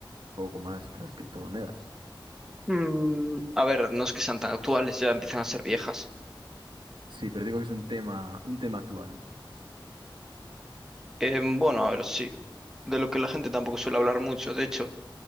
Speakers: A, on the right; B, in the centre.
A: poco más de las criptomonedas.
B: Mm, a ver, no es que sean tan actuales, ya empiezan a ser viejas.
A: Sí, pero digo que es un tema, un tema actual, ¿no?
B: Em, bueno, a ver, sí. De lo que la gente tampoco suele hablar mucho. De hecho,